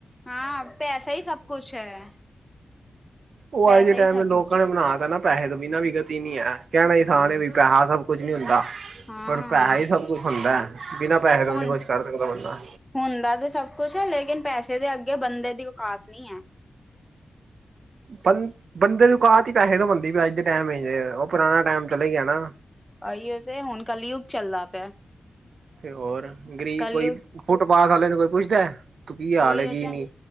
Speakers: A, in the centre; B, on the right.
A: ਹਾਂ ਪੈਸਾ ਈ ਸਭ ਕੁਛ ਹੈ।
B: ਉ
A: ਪੈਸਾ
B: ਅੱਜ ਦੇ ਟੈਮ
A: ਹੀ ਸਭ
B: ਲੋਕਾਂ
A: ਕੁਛ ਹੈ
B: ਨੇ ਬਣਾ ਤ ਨਾ ਪੈਹੇ ਤੋਂ ਬਿਨਾਂ ਵੀ ਗਤੀ ਨੀ ਹੈ। ਕੈਣਾ ਈ ਅਸਾਨ
A: ਹਮ
B: ਏ ਵੀ ਪੈਹਾ ਸਭ ਕੁਛ ਨੀ ਹੁੰਦਾ।
A: ਹਾਂ
B: ਪਰ ਪੈਹਾ ਈ ਸਭ ਕੁੱਛ ਹੁੰਦੈ, ਬਿਨਾਂ ਪੈਹੇ ਤੋਂ
A: ਹੁਣ
B: ਵੀ ਨੀ ਕੁਛ ਕਰ ਸਕਦਾ ਬੰਦਾ
A: ਹੁੰਦਾ ਤੇ ਸਭ ਕੁੱਛ ਏ, ਲੇਕਿਨ ਪੈਸੇ ਦੇ ਅੱਗੇ ਬੰਦੇ ਦੀ ਔਕਾਤ ਨੀ ਐ।
B: ਬ ਬੰਦੇ ਦੀ ਔਕਾਤ ਚ ਈ ਪੈਹੇ ਤੋਂ ਬਨਦੀ ਅੱਜ ਦੇ ਟੈਮ ਉ ਪੁਰਾਣਾ ਟੈਮ ਚਲੇ ਗਿਆ ਨਾ।
A: ਆਈਐ ਤੇ ਹੁਨ ਕੱਲ -ਯੁੱਗ ਚੱਲਦਾ ਪਿਆ।
B: ਤੇ ਹੋਰ ਗਰੀਬ
A: ਕਲਯੁਗ
B: ਕੋਈ, ਫੁੱਟ ਪਾਥ ਵਾਲੇ ਨੂੰ ਕੋਈ ਪੁੱਛਦੈ ਤੂੰ ਕੀ ਹਾਲ
A: ਉਹੀ
B: ਕੀ
A: ਤੇ
B: ਨਈ।